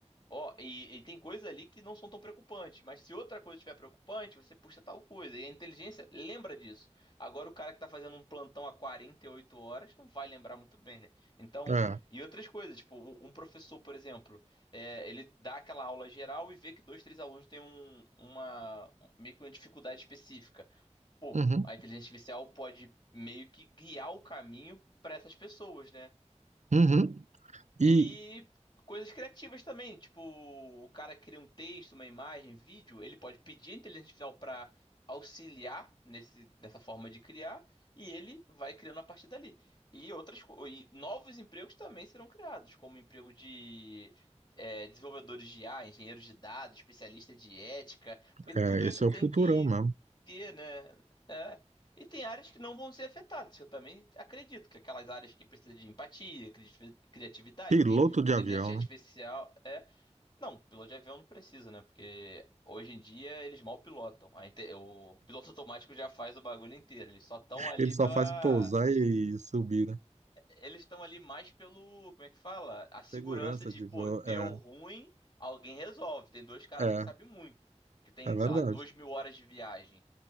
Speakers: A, on the left (about 40°); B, on the right (about 75°).
A: Ó, e, e tem coisas ali que não são tão preocupantes, mas se outra coisa estiver preocupante, você puxa tal coisa. E a inteligência lembra disso. Agora, o cara que tá fazendo um plantão há 48 horas não vai lembrar muito bem, né? Então,
B: é. É.
A: e outras coisas, tipo, um, um professor, por exemplo, é, ele dá aquela aula geral e vê que dois, três alunos têm um, uma, meio que uma dificuldade específica. Pô,
B: Uhum.
A: a inteligência artificial pode meio que guiar o caminho para essas pessoas, né?
B: Uhum. E
A: E coisas criativas também, tipo, o cara cria um texto, uma imagem, vídeo, ele pode pedir a inteligência artificial para auxiliar nesse, nessa forma de criar, e ele vai criando a partir dali. E outras co- e novos empregos também serão criados, como emprego de é, desenvolvedores de IA, engenheiros de dados, especialista de ética, porque tudo
B: é, esse
A: isso
B: é
A: tem
B: o futurão
A: que
B: mesmo.
A: ter, né? É. E tem áreas que não vão ser afetadas. Eu também acredito que aquelas áreas que precisam de empatia, cri- criatividade,
B: Piloto
A: porque
B: de
A: inteligência
B: avião,
A: artificial
B: né?
A: é. Não, piloto de avião não precisa, né? Porque hoje em dia eles mal pilotam. A inte- O piloto automático já faz o bagulho inteiro. Eles só estão ali
B: Ele só
A: pela.
B: faz pousar e subir, né?
A: Eles estão ali mais pelo. Como é que fala? A segurança
B: Segurança
A: de,
B: de
A: pô,
B: voo.
A: deu
B: É,
A: ruim, alguém resolve. Tem dois caras
B: é,
A: ali que sabem muito. Que tem,
B: é verdade.
A: sei lá, duas mil horas de viagem.